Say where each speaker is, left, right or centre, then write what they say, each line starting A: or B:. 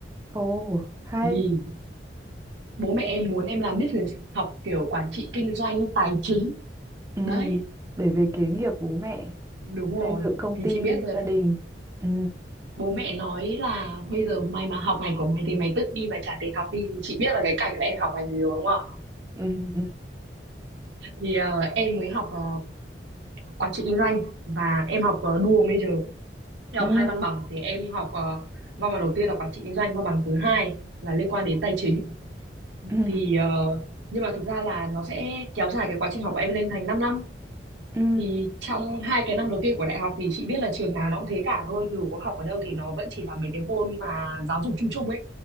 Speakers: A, on the right (about 15°); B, on the right (about 85°).
A: ồ, hay.
B: thì bố mẹ em muốn em làm business học kiểu quản trị kinh doanh tài chính
A: Ừ,
B: đấy
A: để về kế nghiệp bố mẹ,
B: đúng rồi
A: xây dựng công
B: thì
A: ty,
B: chị biết rồi
A: gia
B: đấy
A: đình. Ừ,
B: bố mẹ nói là bây giờ mày mà học ngành của mày thì mày tự đi mà trả tiền học đi thì chị biết là cái cảnh là em học ngành gì rồi đúng không
A: ừ, ừ,
B: thì ờ, em mới học ờ, quản trị kinh doanh và em học ờ, dual major em
A: ừ,
B: học hai văn bằng thì em học ờ, văn bằng đầu tiên là quản trị kinh doanh văn bằng thứ hai là liên quan đến tài chính
A: ừ,
B: thì ờ, nhưng mà thực ra là nó sẽ kéo dài cái quá trình học của em lên thành 5 năm
A: ừ,
B: thì trong hai cái năm đầu tiên của đại học thì chị biết là trường nào nó cũng thế cả thôi dù có học ở đâu thì nó vẫn chỉ là mấy cái môn mà giáo dục chung chung ấy